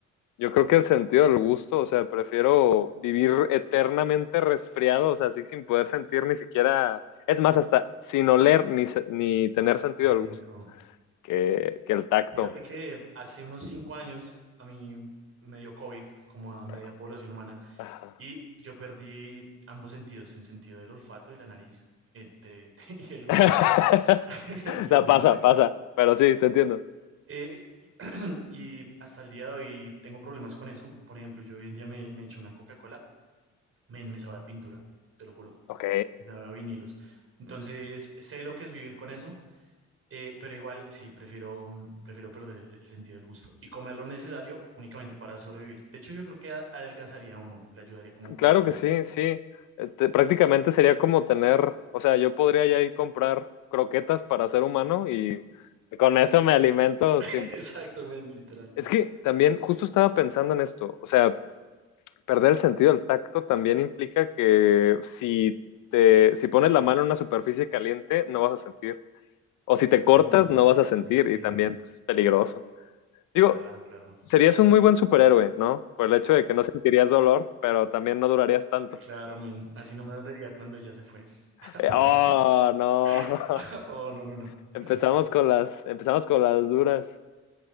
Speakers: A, on the left; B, on the right.
A: Yo creo que el sentido del gusto, o sea, prefiero vivir eternamente resfriado, o sea, así sin poder sentir ni siquiera, es más, hasta sin oler ni, se- ni tener sentido
B: Qué
A: del
B: denso.
A: gusto, que, que el tacto.
B: Fíjate que
A: Sí,
B: hace unos cinco años a mí me dio COVID, como a media
A: claro.
B: población humana,
A: Ajá.
B: y yo perdí ambos sentidos, el sentido del olfato y la nariz, eh, de- <laughs> y el gusto.
A: <laughs>
B: <laughs> Sí,
A: No,
B: men.
A: pasa, pasa, pero sí, te entiendo.
B: Eh, <clears throat> y hasta el día de hoy tengo problemas con eso. Por ejemplo, yo hoy en día me, me echo una Coca-Cola, men, me sabe a pintura, te lo juro,
A: Ok,
B: me sabe a vinilos. Entonces, sé lo que es vivir con eso, eh, pero igual sí, prefiero, mm, prefiero perder el, el sentido del gusto y comer lo necesario únicamente para sobrevivir. De hecho, yo creo que a- adelgazaría a uno, le ayudaría como para
A: claro
B: el tema.
A: que sí, sí. Este, prácticamente sería como tener, o sea, yo podría ya ir comprar croquetas para ser humano y con eso me alimento
B: <laughs>
A: sin
B: Exactamente, literal.
A: Es que también justo estaba pensando en esto, o sea, perder el sentido del tacto también implica que si te, si pones la mano en una superficie caliente, no vas a sentir. O si te cortas,
B: Uf,
A: no vas
B: qué
A: a sentir
B: fuerte.
A: y también pues, es peligroso. Digo,
B: Claro, claro.
A: serías un muy buen superhéroe, ¿no? Por el hecho de que no sentirías dolor, pero también no durarías tanto.
B: Claro, men. Así no me dolería cuando ella se fue. <laughs>
A: Eh, oh,
B: Pero
A: no.
B: <laughs>
A: <laughs>
B: Oh, no, no, no.
A: Empezamos
B: Bueno,
A: con las, empezamos con las duras.